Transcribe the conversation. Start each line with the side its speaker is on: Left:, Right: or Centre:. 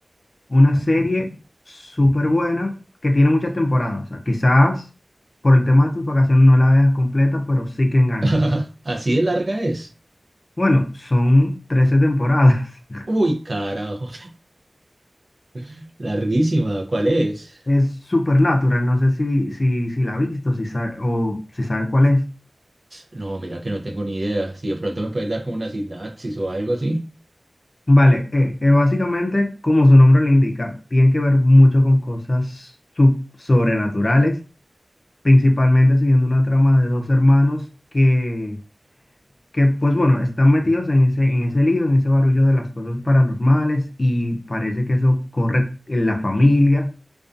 Left: una serie súper buena que tiene muchas temporadas. O sea, quizás por el tema de tus vacaciones no la veas completa, pero sí que engancha.
Right: <laughs> Así de larga es.
Left: Bueno, son 13 temporadas. <laughs>
Right: Uy, carajo, <laughs> larguísima, ¿cuál es?
Left: Es Supernatural, no sé si, si, si la has visto si sa- o si sabes cuál es.
Right: No, mira que no tengo ni idea. Si de pronto me puedes dar como una sinapsis o algo así.
Left: Vale, eh, eh, básicamente, como su nombre lo indica, tiene que ver mucho con cosas sub- sobrenaturales, principalmente siguiendo una trama de dos hermanos que, que, pues bueno, están metidos en ese, en ese lío, en ese barullo de las cosas paranormales y parece que eso corre en la familia